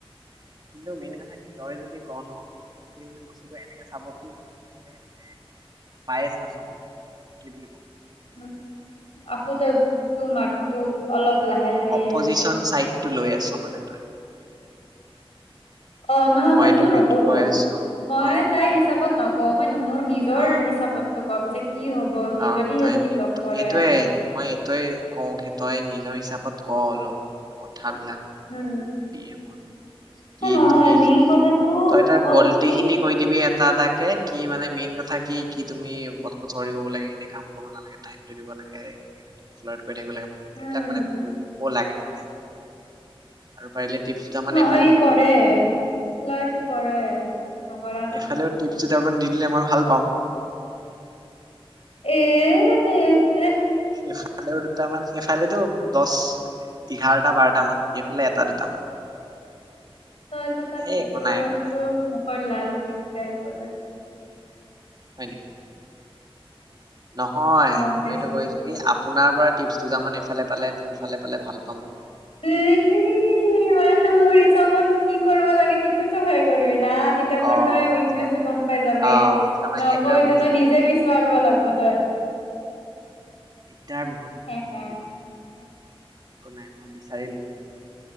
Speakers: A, on the right (about 45°); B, on the left (about 90°).
A: কিন্তু মেইন কথা কি তই যদি ক' ন' সি মানে বস্তুটো এনেকে চাব কি মানে তই মানে পায় আছ মানে কি বুলি ক
B: উম, আকৌ তই তোৰ মাতটো অলপ লাহে লাহে
A: অপজিচন
B: আহি আছে।
A: চাইটো লৈ আছো। মানে তই।
B: অ', নহয় মই সেইটো
A: তোক
B: নকৰো
A: এইটো কৈ আছো
B: মই
A: অ
B: তাইৰ হিচাপত নক ক' হয়ন মোৰ নিজৰ
A: অ
B: হিচাপতো কম যে কি হ'ব কি
A: অ',
B: যদি
A: তই
B: সি লগ কৰে
A: এইটোয়ে
B: আৰু
A: মই এইটোয়ে কওঁ কি তই নিজৰ হিচাপত ক' অলপ কথাবিলাক।
B: উম।
A: দিয়ে মত কি
B: নহয়
A: তুমি এইখিনি
B: মেইন
A: খিনি
B: কথাটো
A: তই তাৰ
B: হ'ল
A: গল্টি
B: কি
A: খিনি কৈ দিবি এটা এটাকে কি মানে মেইন কথা কি কি তুমি প্ৰথমত চৰি ক'ব লাগে সেইখিনি কাম কৰিব নালাগে টাইম টো দিব লাগে কৈ থাকিব লাগে মানে
B: উম
A: এইবিলাক মানে ক'ব লাগে মানে আৰু পাৰিলে টিপছ দুটা মান
B: অ সি কৰে ফালাৰত কৰে নকৰা নহয়
A: এফালেও টিপছ দুটামান দি দিলে মই ভাল পাম
B: এএ এ
A: সেইফালেও দুটামান সেইফালেতো দশ এঘাৰটা বাৰটা মান এইফালে এটা দুটামান
B: তই টো তাক
A: এ
B: টিচিব
A: একো নাই
B: কাৰণে
A: একো নাই
B: তো প লাল ক্লিপ কেছ
A: হয় নেকি নহয়
B: গম
A: মই
B: পাইছো।
A: এইটো কৈছো কি আপোনাৰ পৰা টিপ দুটামান এইফালে পালে মোৰ ফালে পালে ভাল পাম মই
B: উম মান চবত কি কৰিব লাগে সেইটো তো ভয় কৰিব না তেতিয়া মোৰ
A: অ
B: তই উইকনেচ
A: তেতিয়া মই
B: টো গম পাই যাবি
A: অ তেতিয়া মই
B: নকওঁ
A: হেকাৰ বনি
B: এতিয়া তই
A: যাম
B: নিজে
A: ন
B: বিচাৰিব লাগ ব তই
A: দিগদাৰ বহুত
B: হে হে
A: জীৱনত একো নাই মই বিচাৰি লম